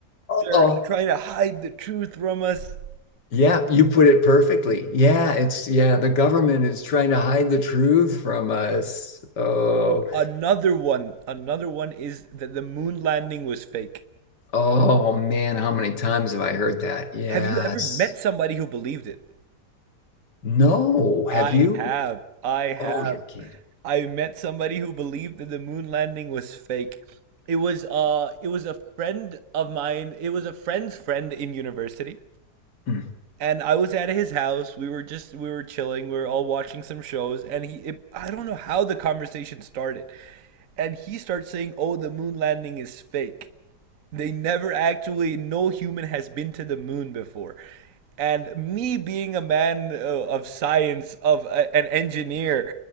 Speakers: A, on the right; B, on the left.
A: They're
B: Oh,
A: trying to hide the truth from us.
B: yeah, you put it perfectly. Yeah, it's yeah, the government is trying to hide the truth from us. Oh,
A: Another one, another one is that the moon landing was fake.
B: Oh man, how many times have I heard that? Yes.
A: Have you ever met somebody who believed it?
B: No, have
A: I
B: you?
A: have. I have.
B: Oh, you're kidding.
A: I met somebody who believed that the moon landing was fake. It was uh it was a friend of mine. It was a friend's friend in university.
B: Mm.
A: and I was at his house. We were just we were chilling. We were all watching some shows, and he it, I don't know how the conversation started, and he starts saying, "Oh, the moon landing is fake," They never actually, no human has been to the moon before. And me being a man uh, of science, of a, an engineer,